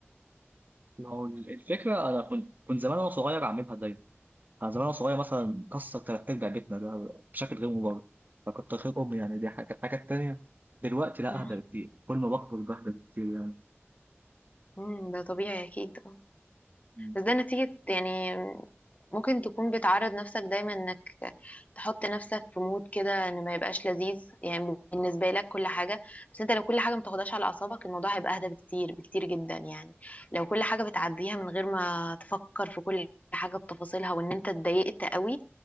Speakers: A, on the right; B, on the left.
A: ما هو الفكره انا كنت كنت زمان وانا صغير اعملها دايما انا زمان وأنا صغير مثلا كسر تلات ارباع بيتنا ده بشكل غير مبرر فكنت خير امي يعني دي حاجه الحاجه التانيه دلوقتي لا
B: <laughs> مم.
A: اهدى بكتير كل ما بكبر بهدى بكتير يعني
B: مم، ده طبيعي اكيد
A: مم.
B: بس ده نتيجة يعني ممكن تكون بتعرض نفسك دايما انك تحط نفسك في مود كده ان ما يبقاش لذيذ يعني بالنسبة لك كل حاجة بس انت لو كل حاجة ما تاخدهاش على اعصابك الموضوع هيبقى اهدى بكتير بكتير جدا يعني لو كل حاجة بتعديها من غير ما تفكر في كل حاجة بتفاصيلها وان انت اتضايقت قوي